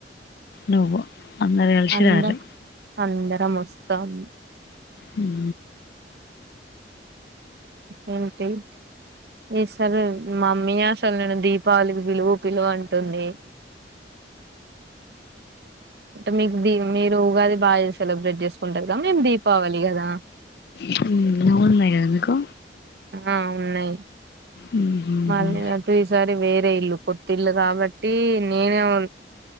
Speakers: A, on the left (about 60°); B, on the right (about 65°).
A: నువ్వు. అందరు గలిసి
B: అందా
A: రార్రి.
B: అందరమూ వస్తాం. త <unintelligible>
A: ఉ <unintelligible>
B: అంటే ఏంటి <unintelligible> మీయాసలు నిన్ను దీపావళికి పిలువు పిలువు అంటుంది. అంటే మీకు దీ మీరు ఉగాది బాగా సెలబ్రేట్ చేసుకుంటారు కదా! మేము దీపావళి కదా.
A: హ్మ్! నోములు ఉన్నాయి కదా మీకు
B: ఆ ఉన్నాయి
A: హుహుహు.
B: మళ్ళీ అటు ఈసారి వేరే ఇల్లు కొత్త ఇల్లు కాబట్టి నేనే ఉ